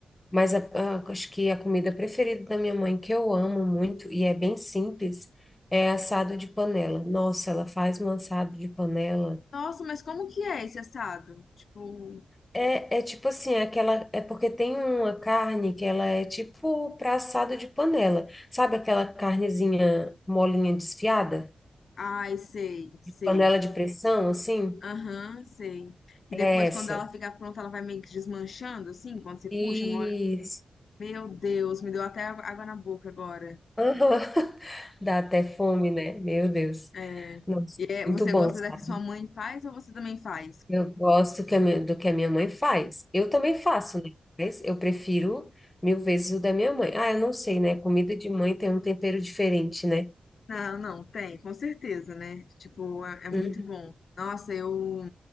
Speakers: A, on the left (about 20°); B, on the left (about 70°).
A: Mas a- a- acho que a comida preferida da minha mãe, que eu amo muito e é bem simples, é assado de panela. Nossa, ela faz um assado de panela.
B: Nossa, mas como que é esse assado? Tipo,
A: É, é tipo assim, é aquela, é porque tem uma carne que ela é tipo para assado de panela. Sabe aquela carnezinha molinha desfiada?
B: ai, sei, sei.
A: De panela de pressão, assim?
B: Aham, sei. E depois,
A: É essa.
B: quando ela ficar pronta, ela vai meio que desmanchando, assim, quando você
A: Isso.
B: puxa, mole. Meu Deus, me deu até água na boca agora.
A: Aham. <laughs> Dá até fome, né? Meu Deus.
B: É.
A: Nossa,
B: É,
A: muito
B: você
A: bom,
B: gosta
A: sabe?
B: da que sua mãe faz ou você também faz?
A: Eu gosto que a minha- do que a minha mãe faz. Eu também faço, né? Mas eu prefiro mil vezes o da minha mãe. Ah, eu não sei, né? Comida de mãe tem um tempero diferente, né?
B: Não, não, tem, com certeza, né? Tipo, é, é muito
A: Uhum.
B: bom. Nossa, eu